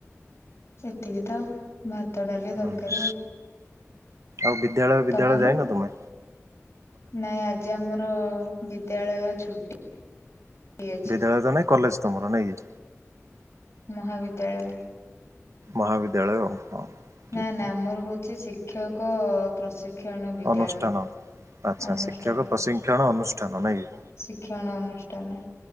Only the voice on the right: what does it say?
ହୁଁ।
ଆଉ ବିଦ୍ୟାଳୟ ବିଦ୍ୟାଳୟ
ଯାଇନ ତୋମେ?
ବିଦ୍ୟାଳୟ ତ ନାଇଁ କଲେଜ୍ ତୋମର ନାଇକି?
ମହାବିଦ୍ୟାଳୟ ହଉ ହଁ। ଠିକ୍
ଠିକ୍
ଅନୁଷ୍ଠାନ ଆଚ୍ଛା
ଶିକ୍ଷକ ପ୍ରଶିଂକ୍ଷଣ ଅନୁଷ୍ଠାନ ନାଇଁ କି।